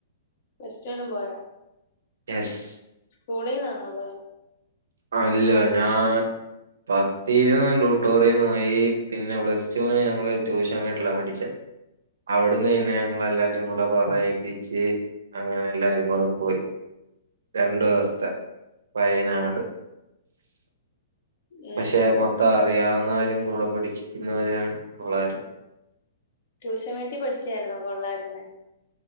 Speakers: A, on the left; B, on the right.
A: പ്ലസ്ടു എല്ലാം പോയോ
B: എസ്
A: സ്കൂളിൽന്നാണോ പോയത്
B: അല്ല ഞാൻ പത്തി ഇരുന്ന് ട്യൂട്ടോറിയന്ന്യി പിന്നെ പ്ലസ് റ്റുവിന് ഞങ്ങള് ട്യൂഷൻ വീട്ടില പഠിച്ച അവിടുന്ന് തന്നെ ഞങ്ങള എല്ലാരും കൂടെ പറയിപ്പിച്ച് അങ്ങനെ എല്ലാരും കൂടെ പോയി രണ്ടു ദിവസത്തെ
A: ഉം
B: വയനാട്
A: ഉം
B: പക്ഷെ മൊത്തം അറിയാവുന്നവരും കൂടെ പഠിച്ചിക്കുന്നവരും ഉള്ളായിരുന്നു
A: ട്യൂഷൻ വേണ്ടി പഠിച്ചായിന്നോ കൊള്ളായിരുന്നേ